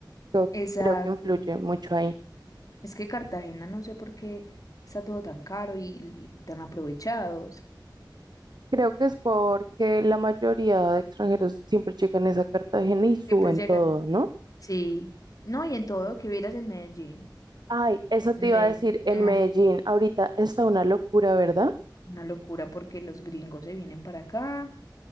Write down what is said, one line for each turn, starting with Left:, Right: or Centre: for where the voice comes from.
Right: Yo
Left: Exacto.
Right: creo que influye mucho ahí.
Left: Es que Cartagena no sé por qué está todo tan caro y, y tan aprovechados.
Right: Creo que es porque la mayoría de extranjeros siempre llegan es a Cartagena y suben
Left: Siempre llegan.
Right: todo, ¿no?
Left: Sí. No, y en todo que vieras en Medellín.
Right: Ay, eso te
Left: En
Right: iba
Left: Medellín.
Right: a decir,
Left: No,
Right: en Medellín ahorita está una locura, ¿verdad?
Left: una locura porque los gringos se vienen para acá